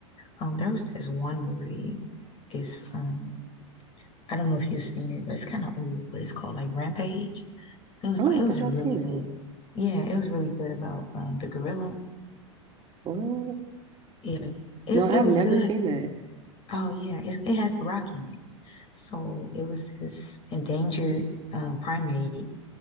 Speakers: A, on the left; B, on the right.
A: Um, there was this one movie. It's um, I don't know if you've seen it, but it's kind of old. But it's called like Rampage. It was
B: I
A: it
B: don't
A: was
B: think
A: really
B: I've seen that.
A: good. Yeah, it was really good about um the gorilla.
B: What?
A: Yeah, it
B: No, I've
A: it was
B: never
A: good.
B: seen that.
A: Oh yeah, it it has The Rock in it. So it was this endangered um primate,